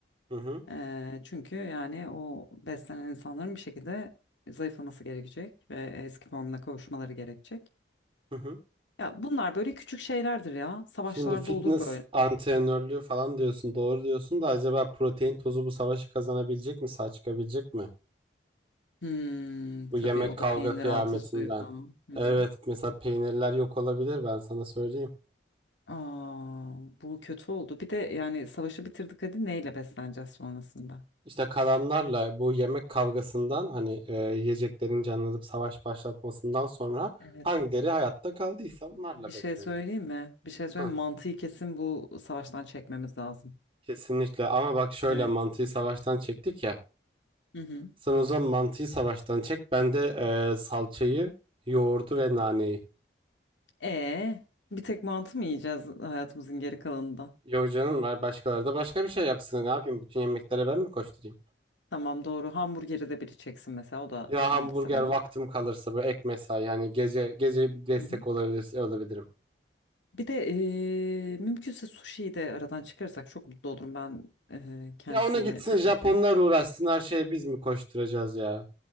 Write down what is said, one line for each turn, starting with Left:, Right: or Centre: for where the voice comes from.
Right: Hı hı.
Left: E, çünkü yani o beslenen insanların bir şekilde zayıflaması gerekecek ve eski formuna kavuşmaları gerekecek.
Right: Hı hı.
Left: Ya bunlar böyle küçük şeylerdir ya. Savaşlarda
Right: Şimdi fitness
Left: olur böyle.
Right: antrenörlüğü falan diyorsun, doğru diyorsun da acaba protein tozu bu savaşı kazanabilecek mi, sağ çıkabilecek mi?
Left: Hmm,
Right: Bu
Left: tabii
Right: yemek
Left: o
Right: kavga
Left: da peynir
Right: kıyametinden.
Left: altı suyu falan. Hı
Right: Evet,
Left: hı.
Right: mesela peynirler yok olabilir ben sana söyleyeyim.
Left: Aa, bu kötü oldu. Bir de yani savaşı bitirdik hadi neyle besleneceğiz sonrasında?
Right: İşte kalanlarla bu yemek kavgasından hani e, yiyeceklerin canlanıp savaş başlatmasından sonra
Left: Evet.
Right: hangileri hayatta kaldıysa onlarla
Left: Bir şey
Right: besleneceğiz.
Left: söyleyeyim mi? Bir şey söyleyeyim
Right: Hı.
Left: mi? Mantıyı kesin bu savaştan çekmemiz lazım.
Right: Kesinlikle ama bak şöyle
Left: Evet.
Right: mantıyı savaştan çektik ya.
Left: Hı hı.
Right: Sen o zaman mantıyı savaştan çek. Ben de e, salçayı, yoğurdu ve naneyi.
Left: E bir tek mantı mı yiyeceğiz hayatımızın geri kalanında?
Right: Yok canım ver başkaları da başka bir şey yapsın. Ne yapayım? Bütün yemeklere ben mi koşturayım?
Left: Tamam doğru. Hamburgeri de biri çeksin mesela. O da
Right: Ya
Left: onu
Right: hamburger
Left: da severim.
Right: vaktim kalırsa böyle ek mesai yani gece gece bir destek
Left: Hı hı.
Right: olabilir, olabilirim.
Left: Bir de e, mümkünse sushi'yi de aradan çıkarırsak çok mutlu olurum. Ben e, kendisiyle
Right: Ya ona gitsin
Left: çok
Right: Japonlar
Left: mutluyum.
Right: uğraşsın her şeye biz mi koşturacağız ya?